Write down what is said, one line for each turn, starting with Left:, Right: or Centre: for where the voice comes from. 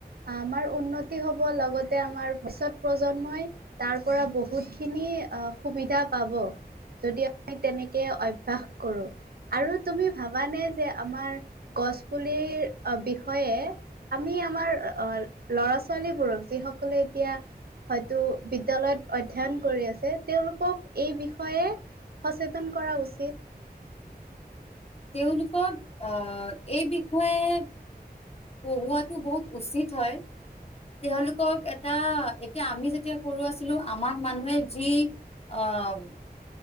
Right: আমাৰ উন্নতি হ'ব, লগতে আমাৰ ভৱিষ্যত প্ৰজন্মই তাৰ পৰা বহুত খিনি সুবিধা পাব। যদি, আমি তেনেকে অভ্যাস কৰোঁ। আৰু তুমি ভাবানে যে আমাৰ গছপুলিৰ বিষয়ে, আমি আমাৰ আঁ ল'ৰা ছোৱালীবোৰক যিসকলে এতিয়া হয়তো বিদ্যালয়ত অধ্যয়ন কৰি আছে। তেওঁলোকক এই বিষয়ে সচেতন কৰা উচিত।
Left: তেওঁলোকক আঁ এই বিষয়ে পঢ়োৱাটো বহুত উচিত হয়। তেওঁলোকক এটা, এতিয়া আমি যেতিয়া সৰু আছিলোঁ আমাৰ মানুহে যি অ',